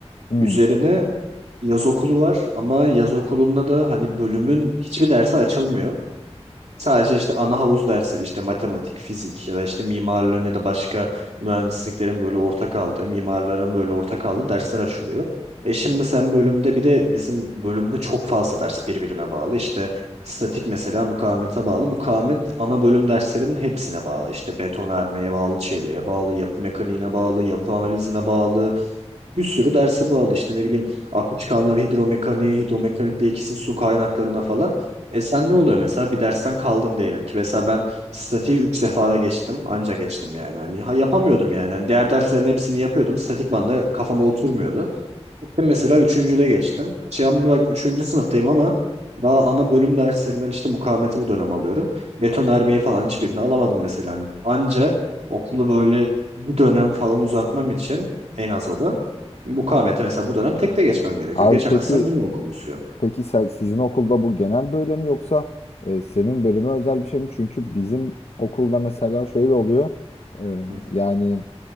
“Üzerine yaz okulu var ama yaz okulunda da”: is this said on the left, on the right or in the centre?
Right